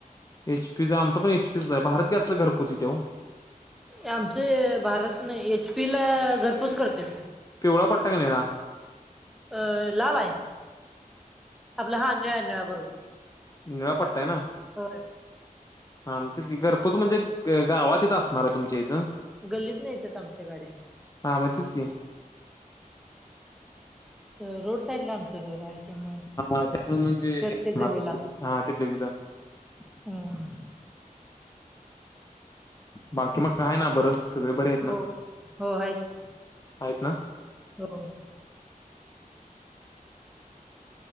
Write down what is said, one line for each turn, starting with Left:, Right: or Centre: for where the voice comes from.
Left: H. P. च, आमचं पण एच. पी. चच आहे. भारत गॅसला, घरपोच येती ओ.
Centre: आमचे भारत नाही, एच. पी. ला घरपोच करतेत.
Left: पिवळा पट्टा आहे का निळा?
Centre: अ लाल आहे. आपला हा निळा, निळा बरोबर.
Left: निळापट्टा आहे ना?
Centre: होय.
Left: हा मग तेच की. घरपोच म्हणजे ग गावात येत असणार आहे, तुमच्या इथं.
Centre: गल्लीतनं येत्यात आमच्या गाड्या.
Left: हां, मग तेच की.
Centre: रोड साईडला, आमचं घर आहे. त्यामुळे
Left: त्यामुळं म्हणजे येणार,
Centre: प्रत्येक गल्लीला
Left: हा तिथल्या तिथं.
Centre: हम्म
Left: बाकी मग आहेय ना बरं, सगळे बरे आहेत ना?
Centre: हो हो आहेत की.
Left: आहेत ना?
Centre: हो.